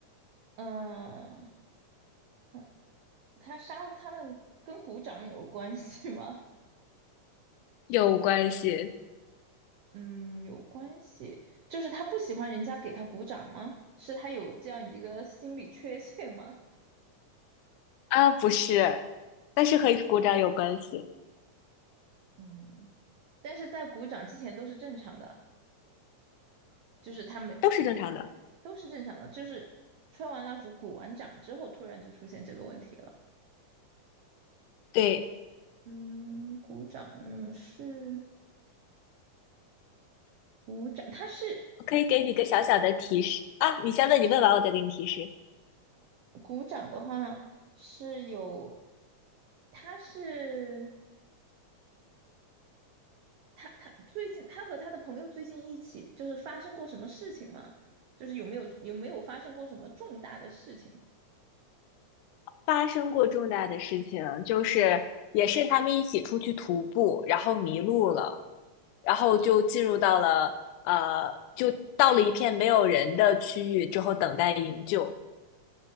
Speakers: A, on the right; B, on the left.
A: 嗯，他他杀他们跟鼓掌有关系吗？
B: 有关系
A: <laughs> 嗯，有关系，就是他不喜欢人家给他鼓掌吗？是他有这样一个心理缺陷吗？
B: 啊，不是，但是和鼓掌有关系。
A: <laughs> 嗯，但是在鼓掌之前都是正常的，就是他们
B: 都是正常的。
A: 都是正常的，就是吹完蜡烛、鼓完掌之后，突然就出现这个问题了。
B: 对，
A: 嗯，鼓掌是鼓掌，他是。
B: 我可以给你个小小的提示啊，你先问，你问完我再给你提示。
A: 鼓掌的话是有，他是他他最近他和他的朋友最近一起就是发生过什么事情吗？就是有没有有没有发生过什么重大的事情？
B: 发生过重大的事情，就是也是他们一起出去徒步，然后迷路了，然后就进入到了呃，就到了一片没有人的区域之后等待营救。